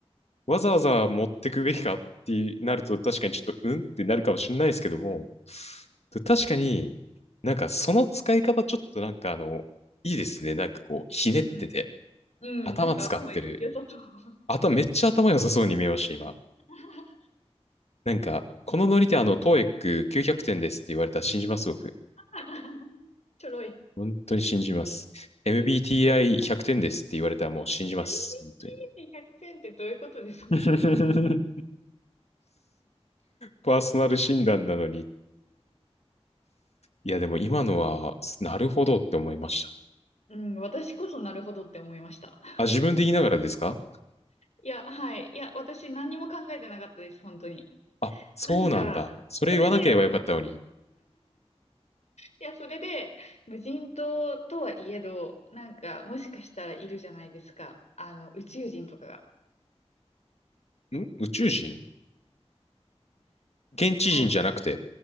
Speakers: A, on the left; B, on the left.
A: わざわざ持ってくべきかってなると確かにちょっとうんってなるかもしれないですけども、確かになんかその使い方ちょっとなんかあの、いいですね。なんかこう、ひねってて、
B: うん、うん、
A: 頭使ってる。
B: なんか頭良さそう。
A: 頭めっちゃ頭良さそうに見えました、今。
B: <laughs>
A: なんか、このノリであの、TOEIC900 点ですって言われたら信じます、僕。
B: <laughs> ちょろい。
A: 本当に信じます。MBTI100 点ですって言われたらもう信じます。
B: エムビーティーに100点ってどういうことですか
A: 本当に。<laughs> パーソナル診断なのに。いや、でも今のは、なるほどって思いました。
B: うん、私こそなるほどって思いました。
A: あ、自分で言いながらですか
B: いや、はい。いや、私何にも考えてなかったです、本当に。
A: あ、そうなんだ。
B: なんか、
A: それ言わなければよかったのに。
B: それで、いや、それで、無人島とはいえど、なんか、もしかしたらいるじゃないですか。あの、宇宙人とかが。
A: ん宇宙人現地人じゃなくて。
B: はい。